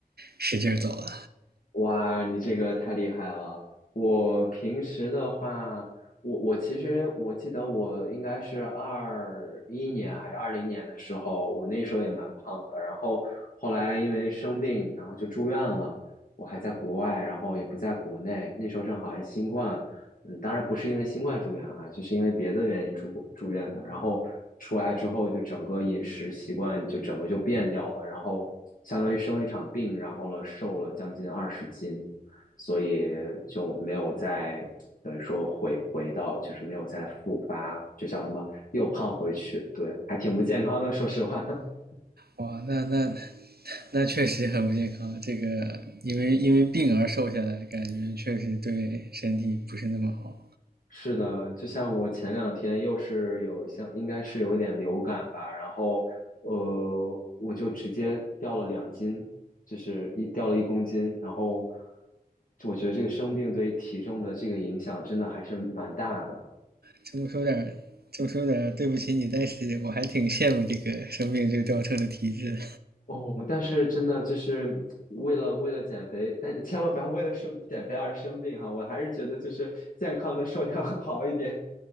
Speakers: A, on the right; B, on the left.
A: 使劲儿走了。
B: 哇，你这个太厉害了！我平时的话，我我其实我记得我应该是二一年还是二零年的时候，我那时候也蛮胖的。然后后来因为生病，然后就住院了。我还在国外，然后也不在国内。那时候正好还新冠，嗯，当然不是因为新冠住院哈、就是因为别的原因住过住院的。然后出来之后，就整个饮食习惯就整个就变掉了，然后相当于生了一场病，然后了瘦了将近二十斤，所以就没有再等于说回回到就是没有再复发，就叫什么又胖回去，对，还挺不健康的，说实话。<laughs>
A: 哇，那那那确实很不健康。这个因为因为病而瘦下来，感觉确实对身体不是那么好。
B: 是的，就像我前两天又是有像，应该是有一点流感吧，然后呃，我就直接掉了两斤，就是一掉了一公斤，然后我觉得这个生病对于体重的这个影响真的还是蛮大的
A: 这么说点这么说点对不起你，但是我还挺羡慕这个生病就掉秤的体质
B: 哦。但是真的就是为了为了减肥，但千万不要为了生减肥而生病哈，我还是觉得就是健康的瘦点会好一点